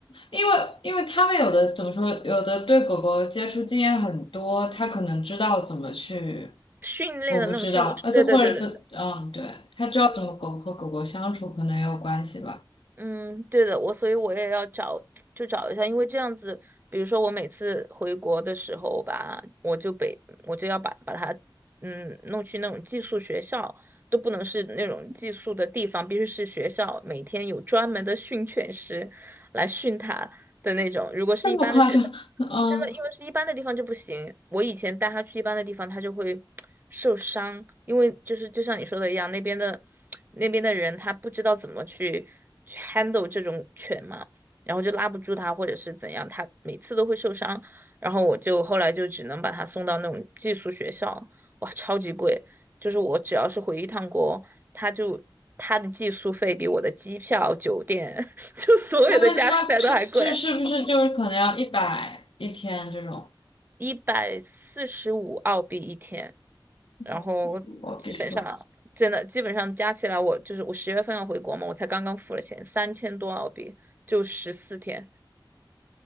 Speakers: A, on the left (about 85°); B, on the right (about 25°).
A: 因为因为他们有的怎么说，有的对狗狗接触经验很多，他可能知道怎么去，
B: <laughs> 训练的那种训狗式。
A: 我不知道，而且或者怎，
B: 对对对对对，
A: 嗯，对，他知道怎么狗和狗狗相处，可能也有关系吧。
B: 嗯，对的，我所以我也要找，就找一下，因为这样子，比如说我每次回国的时候吧，我就被我就要把把他嗯弄去那种寄宿学校。都不能是那种寄宿的地方，必须是学校，每天有专门的训犬师来训它的那种。如果是一般的学
A: 这么夸张？<laughs> 嗯。
B: 真的，因为是一般的地方就不行。我以前带它去一般的地方，它就会 <tsk> 受伤，因为就是就像你说的一样，那边的那边的人他不知道怎么去去 handle 这种犬嘛，然后就拉不住它或者是怎样，它每次都会受伤。然后我就后来就只能把它送到那种寄宿学校，哇，超级贵。就是我只要是回一趟国，它就它的寄宿费比我的机票、酒店，<laughs> 就所有的加起来都还贵。
A: 他们差不差，就是不是就是可能要一百一天这种？
B: 一百四十五澳币一天，
A: 一百四十五，
B: 然后基本上真的基本上加起来我，
A: 必须多。
B: 就是我十月份要回国嘛，我才刚刚付了钱，三千多澳币就十四天。